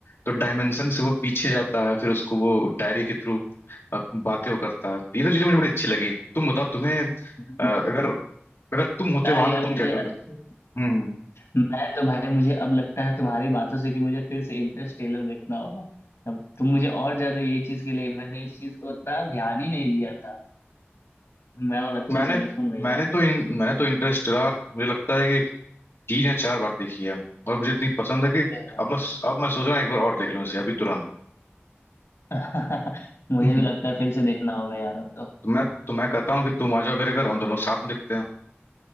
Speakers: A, on the left (about 70°); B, on the left (about 85°).
A: तो डायमेंशन से वो पीछे जाता है फिर उसको वो डायरी के थ्रू बातें वो करता है ये सब चीजें मुझे बड़ी अच्छी लगी तुम बताओ तुम्हें अ,
B: हम्म।
A: अगर अगर तुम होते
B: ता
A: वहां
B: यार
A: तो तुम
B: मुझे
A: क्या करते
B: अच्छे
A: हम्म हम्म।
B: मैं तो भाई मुझे अब लगता है तुम्हारी बातों से कि मुझे फिर से इंटरस्टेलर देखना होगा अब तुम मुझे और ज्यादा ये चीज के लिए मैंने इस चीज को उतना ध्यान ही नहीं दिया था मैं और अच्छे
A: मैंने
B: से देखूंगा यार
A: मैंने तो इन, मैंने तो इंटरस्टेलर मुझे लगता है कि तीन या चार बार देखी है और मुझे इतनी पसंद है कि
B: अरे भाई
A: अब मैं अब मैं सोच रहा हूँ एक बार और देख लूँ इसे अभी तुरंत
B: <laughs> मुझे
A: <laughs>
B: भी लगता है फिर से देखना होगा यार अब तो
A: तो मैं तो मैं कहता हूँ कि तुम आ जाओ मेरे घर हम दोनों लोग साथ में देखते हैं